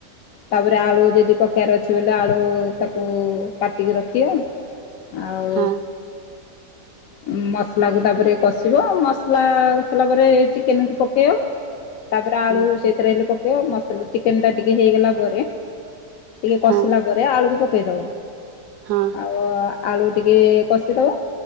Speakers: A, on the left; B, on the right.
A: ତାପରେ ଆଳୁ ଯଦି ପକେଵାର ଅଛି ବୋଲେ ଆଳୁ ତାକୁ କାଟିକି ରଖିବ। ଆଉ
B: ହଁ
A: ଉ ମସଲାକୁ ତାପରେ କଷିବ ମସଲା କଷିଲା ପରେ ଚିକେନକୁ ପକେଇବ। ତାପରେ
B: ହଁ
A: ଆଳୁ ସେଇଥିରେ ହେଲେ ତୋ ମ ଟୁ ଚିକେନ ଟା ଟିକେ ହେଇଗଲା ପରେ। ଟିକେ କସିଲା
B: ହଁ
A: ପରେ ଆଳୁକୁ ପକ କେଇଦବ।
B: ହଁ
A: ଆଉ। ଆଳୁ ଟିକେ କଷିଦବ